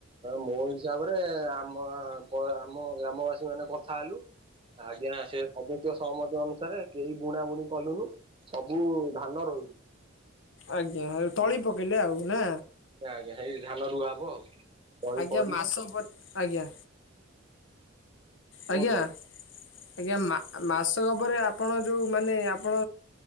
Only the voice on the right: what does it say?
ମୋ ହିସାବରେ ଆମ ପ ଆମ ଗ୍ରାମବାସୀ ମାନେ କଥା ହେଲୁ ଆଜ୍ଞା ସେ ସବୁନ୍ତକ ସହମତି ଅନୁସାରେ କେହି ବୁଣା ବୁଣି କଲୁନୁ ସବୁ ଧାନ ରୋଇଲୁ।
ଆଜ୍ଞା ଆଜ୍ଞା ହେଇ ଧାନ ରୁଆ ହବ ଆଉ। ତଳି
ପଡିଲେ
କୁହନ୍ତୁ
ଆଉ